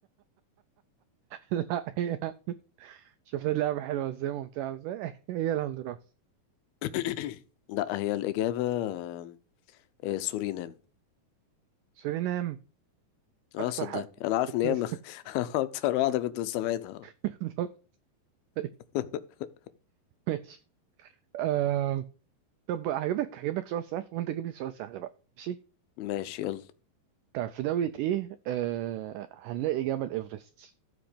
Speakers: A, on the right; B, on the left.
A: لا هي شفت اللعبة حلوة ازاي ممتعة ازاي <laughs> هي الهندوراس
B: <coughs> لا هي الإجابة آم، آه، سورينام
A: سورينام
B: اه
A: أكتر
B: صدقني
A: حق
B: انا عارف
A: بتس-
B: ان هي م- <laughs> اكتر واحدة كنت مستبعدها
A: <laughs> بالظبط طيب،
B: <laughs>
A: ماشي آه... طب هجيبك هجيبك سؤال سهل وأنت تجيب لي سؤال سهل بقى ماشي
B: ماشي يلا
A: طب في دولة إيه آه... هنلاقي جبل إيفرست